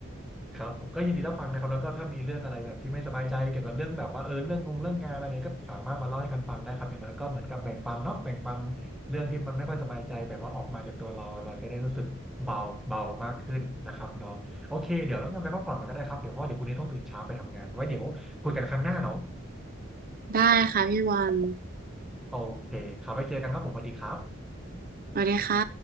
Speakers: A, in the centre; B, on the right.
A: ครับผมก็ยินดีรับฟังนะครับแล้วก็ถ้ามีเรื่องอะไรแบบที่ไม่สบายใจเกี่ยวกับเรื่องแบบว่าเออเรื่องงงเรื่องงานอะไรเนี่ยก็สามารถมาเล่าให้กันฟังได้ครับอย่างน้อยก็เหมือนกับแบ่งปันเนาะแบ่งปันเรื่องที่มันไม่ค่อยสบายใจแบบว่าออกมาจากตัวเราเราจะได้รู้สึกเบาเบามากขึ้นนะครับเนาะโอเคเดี๋ยวเรางั้นไปพักผ่อนกันก็ได้ครับเดี๋ยวเพราะว่าเดี๋ยวพรุ่งนี้ต้องตื่นเช้าไปทำงานไว้เดี๋ยวคุยกันครั้งหน้าเนาะ
B: ได้ค่ะพี่บอล
A: โอเคครับไว้เจอกันครับผมสวัสดีครับ
B: สวัสดีค่ะ